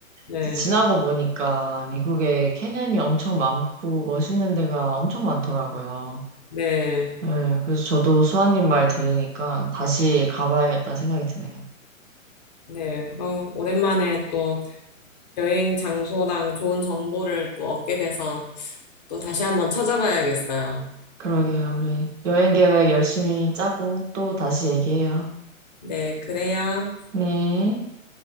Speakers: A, on the left (about 30°); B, on the right (about 60°).
A: 네,
B: 이제 지나고 보니까 미국에 캐니언이 엄청 많고 멋있는 데가 엄청 많더라고요.
A: 네.
B: 네, 그래서 저도 수아님 말 들으니까 다시 가봐야겠다 생각이 드네요.
A: 네. 어, 오랜만에 또 여행 장소랑 좋은 정보를 또 얻게 돼서 또 다시 한번 찾아봐야겠어요.
B: 그러게요. 우리 여행 계획 열심히 짜고 또 다시 얘기해요.
A: 네, 그래요.
B: 네.